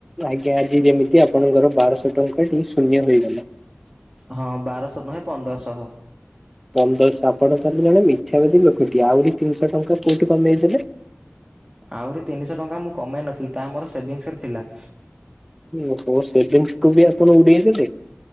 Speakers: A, in the centre; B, on the right (about 20°).
A: ଆଜ୍ଞା ଆଜି ଯେମିତି ଆପଣଙ୍କର ବାରଶହ ଟଙ୍କା ଟିକେ ଶୂନ୍ୟ ହେଇଗଲା
B: ହଁ ବାରଶହ ନୁହେଁ ପନ୍ଦରଶହ
A: ପନ୍ଦରଶହ ଆପଣ ତାହେଲେ ଜଣେ ମିଥ୍ୟାବାଦୀ ଲୋକଟିଏ ଆହୁରି ତିନିଶହ ଟଙ୍କା କୋଉଠି କମେଇଦେଲେ।
B: ଆହୁରି ତିନିଶହ ଟଙ୍କା ମୁଁ କମାଇ ନଥିଲି ତାହା ମୋର ସେଭିଙ୍ଗସରେ ଥିଲା।
A: ଓ ହୋ ସେଭିଙ୍ଗକୁୁ ବି ଆପଣ ଉଡେଇ ଦେଲେ।